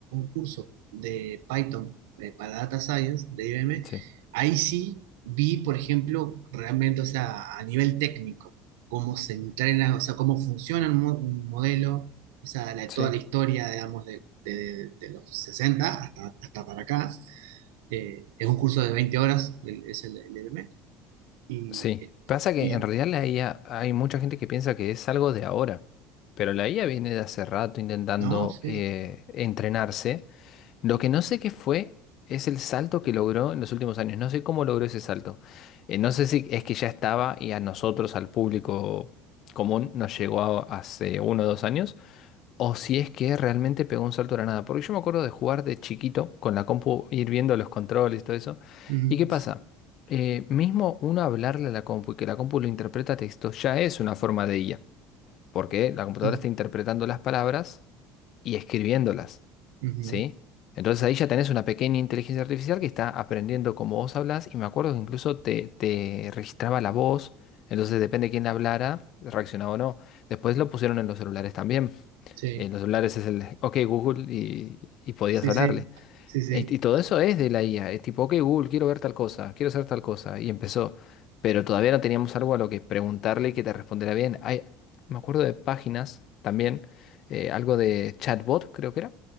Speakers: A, on the right; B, on the left.
A: curso de Python eh, para Data Science de IBM,
B: Sí,
A: ahí sí vi, por ejemplo, realmente, o sea, a nivel técnico, cómo se entrena, o sea, cómo funciona un, mo- un modelo, o sea, la-
B: sí.
A: toda la historia, digamos, de, de- de los 60 hasta, hasta para acá. Eh, es un curso de 20 horas, el- es el, el IBM, y,
B: Sí, pasa que
A: y
B: en realidad la IA, hay mucha gente que piensa que es algo de ahora, pero la IA viene de hace rato intentando
A: no, sí.
B: eh, entrenarse. Lo que no sé qué fue es el salto que logró en los últimos años. No sé cómo logró ese salto. Eh, no sé si es que ya estaba y a nosotros, al público común, nos llegó a- hace uno o dos años, o si es que realmente pegó un salto de la nada. Porque yo me acuerdo de jugar de chiquito con la compu, ir viendo los controles y todo eso.
A: mm,
B: ¿Y qué pasa? Eh, mismo uno hablarle a la compu y que la compu lo interpreta a texto ya es una forma de IA porque la computadora
A: mm,
B: está interpretando las palabras y escribiéndolas,
A: ujú,
B: ¿sí? Entonces ahí ya tenés una pequeña inteligencia artificial que está aprendiendo cómo vos hablás y me acuerdo que incluso te, te registraba la voz, entonces depende de quién hablara, reaccionaba o no. Después lo pusieron en los celulares también.
A: sí.
B: En los celulares es el, ok Google y, y podías
A: Sí,
B: hablarle.
A: sí, sí, sí.
B: Y, y todo eso es de la IA. Es tipo, ok, Google, quiero ver tal cosa, quiero hacer tal cosa. Y empezó. Pero todavía no teníamos algo a lo que preguntarle y que te respondiera bien. Hay, me acuerdo de páginas también, eh, algo de chatbot, creo que era,